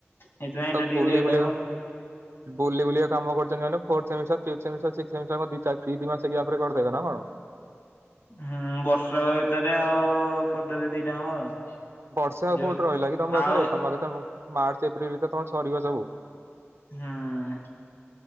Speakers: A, on the left; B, on the right.
A: ସେଇଥିପାଇଁ
B: ତ
A: ଏଇଟା ଟିକେ
B: ବୁଲି
A: ଲେଟ୍
B: ବୁଲିକା
A: ହବ।
B: ବୁଲି ବୁଲିକା କାମ କରିଛନ୍ତି ମାନେ fourth semester fifth semester six semester କଣ ଦି ଚାରି ଦି ଦି ମାସରେ ରେ କରିଦବେ ନା କଣ?
A: ହୁଁ ବର୍ଷକ ଭିତରେ ଆଉ କର ଦେବେ ଦି ଟାଙ୍କ ଆଉ।
B: ବର୍ଷ ଆଉ
A: ଯୋଉ
B: କୋଉଠି ରହିଲା କି ତମ ପାଖରେ
A: ଆଉ
B: ତମ ପାଖରେ ମାର୍ଚ୍ଚ ଏପ୍ରିଲ ଭିତରେ ତମ ସରିବ ସବୁ।
A: ଉଁ।